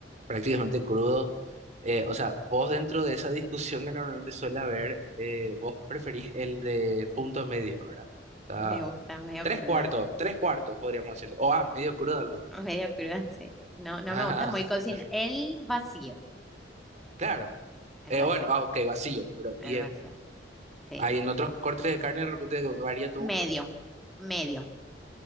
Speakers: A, on the right (about 40°); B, in the centre.
A: prácticamente crudo. Eh, o sea, vos dentro de esa discusión que normalmente suele haber, eh, vos preferís el de punto medio, ¿verdad?
B: <laughs>
A: Está,
B: Me gusta, medio
A: tres
B: cruda.
A: cuartos, tres cuartos, podríamos decirlo. O, ah, medio crudo, aludo.
B: <laughs> medio cruda, sí. No, no
A: Ah,
B: me gusta muy cocina.
A: <laughs>
B: El vacío,
A: claro.
B: el
A: Eh,
B: vacío,
A: bueno, ah, ok, vacío, pero,
B: el
A: y en,
B: vacío, sí.
A: hay en otros cortes de carne de repente varía tu gusto.
B: Medio, medio,